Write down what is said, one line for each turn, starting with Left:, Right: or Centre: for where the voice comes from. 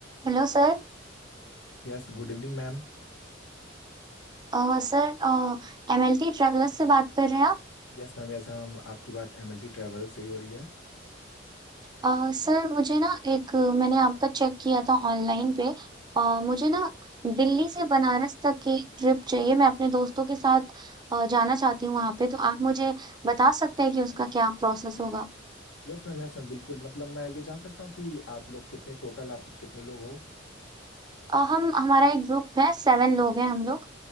Right: Hello sir
Left: Yes good evening ma'am
Right: अ, sir MLT travellers से बात कर रहे हैं आप
Left: Yes ma'am yes ma'am आपकी बात एमएलटी ट्रैवल से ही हो रही है
Right: अ, सर मुझे ना एक मैंने आपका चेक किया था ऑनलाइन पे अ, मुझे ना दिल्ली से बनारस तक की ट्रिप चाहिए मैं अपने दोस्तों के साथ अ, जाना चाहती हूँ वहाँ पे तो आप मुझे बता सकते हैं कि उसका क्या प्रोसेस होगा
Left: यस मैम यस मैम बिल्कुल मतलब मैं ये जान सकता हूँ कि आप लोग कितने टोटल आप कितने लोग हो
Right: अ, हम हमारा एक ग्रुप है सेवन लोग हैं हम लोग